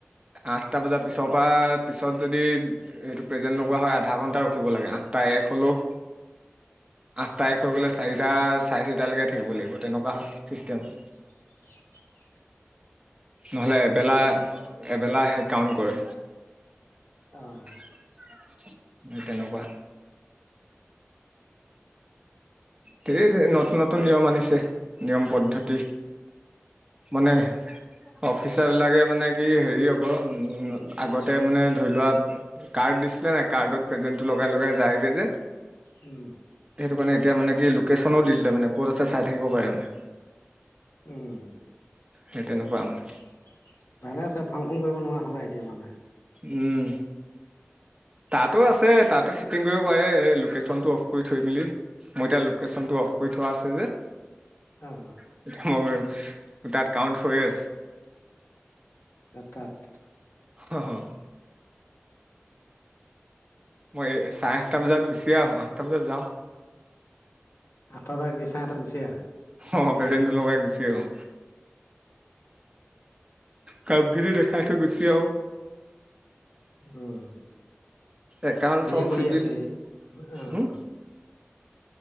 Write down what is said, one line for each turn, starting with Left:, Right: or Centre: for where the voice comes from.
Right: আঠটা বজাৰ পিছৰ পৰা পিছত যদি এইটো প্ৰেজেন্ট লগোৱা হয় আধা ঘণ্টা ৰখিব লাগে আঠটা এক হ'লেও আঠটা এক হৈ গ'লে চাৰিটা চাৰে চাৰিটালৈকে থাকিব লাগিব তেনেকুৱা হয় চিষ্টেম।
Left: <unintelligible>
Right: নহ'লে এবেলা -এবেলা সে কাউণ্ট কৰে।
Left: অহ।
Right: <unintelligible> সেই তেনেকুৱা। ঢ়েই নতুন- নতুন নিয়ম আনিছে নিয়ম পদ্ধতি, মানে
Left: উম
Right: অফিচাৰবিলাকে মানে কি হেৰি আকৌ আগতে মানে ধৰি লোৱা কাৰ্ড দিছিলে নাই কাৰ্ডত প্ৰেজেন্টটো লগাই- লগাই যায়গে যে।
Left: উম।
Right: সেইটো কাৰণে এতিয়া মানে কি লোকেশ্যনো দি দিলে মানে ক'ত আছে চাই থাকিব পাৰে মানে।
Left: উম।
Right: সেই তেনেকুৱা মানে।
Left: <unintelligible> ভালে আছে ফাং ফুং কৰিব নোৱাৰা হ'লা এতিয়া মানে।
Right: উম। তাতো আছে, তাতো চেকিং কৰিব পাৰে লোকেশ্যনটো অফ কৰি থৈ মেলি। মই এতিয়া লোকেশচনটো অফ কৰি থোৱা আছে যে।
Left: অহ।
Right: <unintelligible> তাত কাউণ্ট হৈ আছে।
Left: এটাত।
Right: হ' হ'। মই এই, চাৰে আঠটা বজাত গুচিয়ে আহোঁ। আঠটা বজাত যাওঁ।
Left: আঠটা বজাত গৈ চাৰে আঠটাত গুচি আহা?
Right: অহ, প্ৰেজেন্টো লগাই গুচি আহোঁ। কামখিনি দেখাই থৈ গুচি আহোঁ।
Left: উম।
Right: একাউণ্ট
Left: সৈয়ে
Right: চাওঁ
Left: কৰি
Right: চিভিল
Left: আছে, অহ।
Right: উম